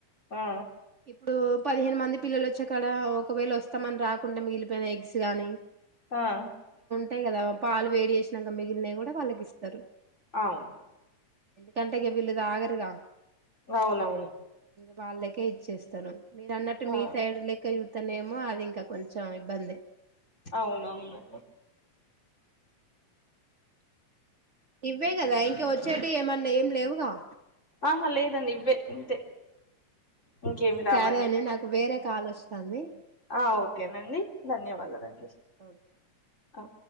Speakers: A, on the left; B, on the right.
A: ఆ
B: ఇప్పుడు పదిహేను మంది పిల్లలు వచ్చే కాడ ఒకవేళ వస్తామని రాకుండా మిగిలిపోయిన ఎగ్స్ గాని
A: ఆ
B: టయికద పాలు వే జేసినాంక మిగిలినయి కూడా వాళ్ళకి ఇస్తరు
A: అవును
B: కంటేక వీళ్ళు తాగరుగా
A: అవును అవును
B: వాళ్ళకే ఇచ్చేస్తరు మీరు అన్నట్టు
A: ఆ
B: మీ సైడ్ లెక్క అతనేమో అది ఇంకా కొంచెం ఇబ్బంది
A: అవును అవును
B: ఇవ్వే కదా ఇ ఇవచ్చేటివి ఏమన్నా ఏం లేవు ఆ
A: ఆహా లేదండి ఇవ్వే ఇంతే ఇంకేమి రావండి
B: సరే అండి నాకు వేరే కాల్ వస్తంది
A: ఆ ఓకేనండి ధన్యవాదాలండి
B: ఓకే
A: ఆ